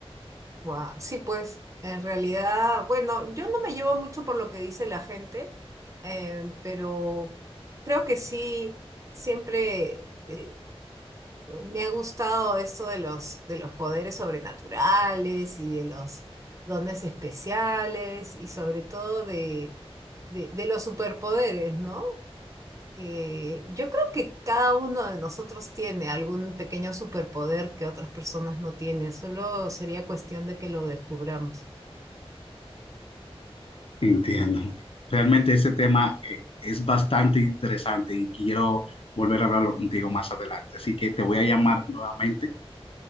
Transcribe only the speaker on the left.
Entiendo. Realmente ese tema eh, es bastante interesante y quiero volver a hablarlo contigo más adelante. Así que te voy a llamar nuevamente